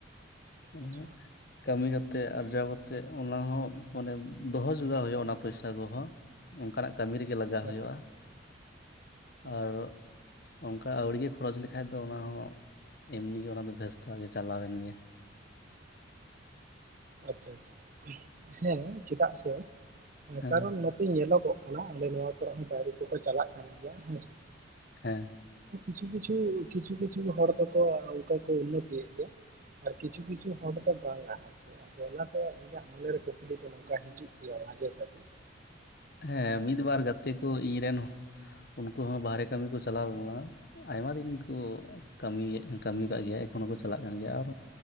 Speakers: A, on the left; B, on the right.
A: ᱢᱟᱱᱮ
B: ᱟᱪᱪᱷᱟ
A: ᱠᱟᱹᱢᱤ ᱠᱟᱛᱮ ᱟᱨᱡᱟᱣ ᱠᱟᱛᱮ ᱚᱱᱟ ᱦᱚᱸ ᱢᱟᱱᱮ ᱫᱚᱦᱚ ᱡᱚᱜᱟᱣ ᱦᱩᱭᱩᱜᱼᱟ ᱚᱱᱟ ᱯᱚᱭᱥᱟ ᱠᱚ ᱦᱚᱸ ᱾ ᱚᱱᱠᱟᱱᱟᱜ ᱠᱟᱹᱢᱤ ᱨᱮᱜᱮ ᱞᱟᱜᱟᱣ
B: ᱦᱮᱸ
A: ᱦᱩᱭᱩᱜᱼᱟ
B: ᱦᱮᱸ
A: ᱟᱨ ᱚᱱᱠᱟ ᱟᱹᱣᱲᱤ ᱜᱮ ᱠᱷᱚᱨᱚᱪ ᱞᱮᱠᱷᱟᱡ ᱫᱚ ᱚᱱᱟ ᱦᱚᱸ ᱮᱢᱱᱤ ᱜᱮ ᱚᱱᱟ ᱫᱚ ᱵᱷᱮᱥᱛᱟ ᱜᱮ ᱪᱟᱞᱟᱣ ᱮᱱ ᱜᱮᱭᱟ ᱾
B: ᱟᱪᱪᱷᱟ ᱟᱪᱪᱷᱟ ᱦᱮᱸ ᱪᱮᱫᱟᱜ ᱥᱮ
A: ᱦᱮᱸ
B: ᱠᱟᱨᱚᱱ ᱱᱚ ᱛᱮ ᱧᱮᱞᱚᱜᱚᱜ ᱠᱟᱱᱟ ᱟᱞᱮ ᱱᱚᱣᱟ ᱠᱚᱨᱮ ᱦᱚᱸ ᱵᱟᱭᱨᱮ ᱠᱚᱠᱚ ᱪᱟᱞᱟᱜ ᱠᱟᱱ ᱜᱮᱭᱟ ᱦᱮᱸᱥᱮ ᱾
A: ᱦᱮᱸ
B: ᱠᱤᱪᱷᱩ ᱠᱤᱪᱷᱩ ᱠᱤᱪᱷᱩ ᱠᱤᱪᱷᱩ ᱦᱚᱲ ᱫᱚᱠᱚ ᱚᱱᱠᱟ ᱠᱚ ᱩᱱᱱᱚᱛᱤᱭᱮᱜ ᱜᱮᱭᱟ ᱾ ᱟᱨ ᱠᱤᱪᱷᱩ ᱠᱤᱪᱷᱩ ᱦᱚᱲ ᱫᱚ ᱵᱟᱝᱟ ᱾ ᱟᱫᱚ ᱚᱱᱟᱛᱮ ᱤᱧᱟᱹᱜ ᱢᱚᱱᱮᱨᱮ ᱠᱩᱠᱞᱤ ᱫᱚ ᱱᱚᱝᱠᱟ ᱦᱤᱡᱩᱜ ᱜᱮᱭᱟ ᱢᱟᱡᱮ ᱥᱟᱡᱷᱮ ᱾
A: ᱦᱮᱸ ᱢᱤᱫ ᱵᱟᱨ ᱜᱟᱛᱮ ᱠᱚ ᱤᱧ ᱨᱮᱱ ᱩᱱᱠᱩ ᱦᱚᱸ ᱵᱟᱦᱨᱮ ᱠᱟᱹᱢᱤ ᱠᱚ ᱪᱟᱞᱟᱣ ᱱᱚᱣᱟ ᱟᱭᱢᱟ ᱫᱤᱱ ᱜᱮᱠᱚ ᱠᱟᱹᱢᱤᱭᱮᱜ ᱠᱟᱹᱢᱤ ᱠᱟᱜ ᱜᱮᱭᱟ ᱮᱠᱷᱚᱱᱚ ᱠᱚ ᱪᱟᱞᱟᱜ ᱠᱟᱱ ᱜᱮᱭᱟ ᱟᱨ